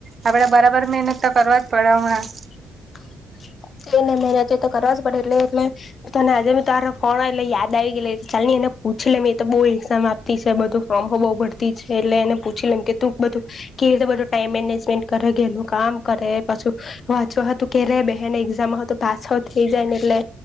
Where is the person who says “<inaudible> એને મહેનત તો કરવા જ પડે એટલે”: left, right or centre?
Left